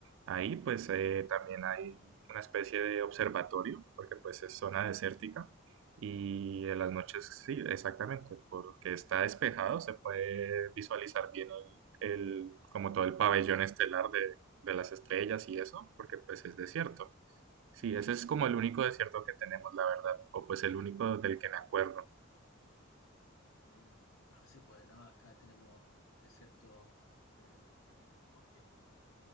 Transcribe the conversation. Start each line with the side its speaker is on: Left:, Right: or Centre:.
Right: Ahí pues eh, también hay una especie de observatorio, porque pues es zona desértica. Y en las noches, sí, exactamente, porque está despejado, se puede visualizar bien el, el- como todo el pabellón estelar de, de las estrellas y eso, porque pues es desierto. Sí, ese
Left: Sí,
Right: es
Left: bo.
Right: como el único desierto que tenemos, la verdad, o pues el único del que me acuerdo.
Left: Mm, ah, sí, pues no, acá tenemos desierto, tenemos también bosque.